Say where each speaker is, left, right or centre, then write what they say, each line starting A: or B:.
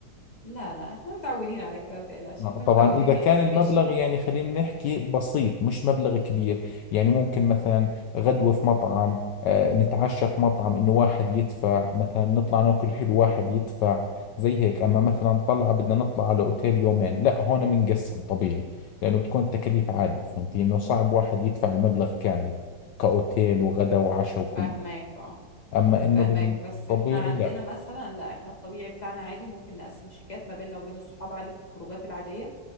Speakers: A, on the left (about 20°); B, on the left (about 70°).
A: لا لا احنا متعودين على كده متقلقش
B: آه،
A: احنا
B: طبعا
A: متعودين
B: إذا
A: نقسم
B: كان المبلغ
A: الشيك
B: يعني خلينا نحكي بسيط مش مبلغ كبير يعني ممكن مثلا غدوة في مطعم آه، نتعشى في مطعم إنه واحد يدفع مثلا نطلع ناكل حلو واحد يدفع زي هيك أما مثلا طلعة بدنا نطلع على أوتيل يومين لا هون بنقسم طبيعي لأنه بتكون التكاليف عالية فهمتي إنه صعب واحد يدفع المبلغ كامل كأوتيل وغدا وعشاء وكل
A: فاهماك اه
B: أما إنه
A: فاهماك
B: بالطبيعي
A: بس احنا عندنا
B: لا
A: مثلا لا احنا الطبيعي بتاعنا عادي ممكن نقسم شيكات ما بيننا وبين الصحاب عادي في الخروجات العادية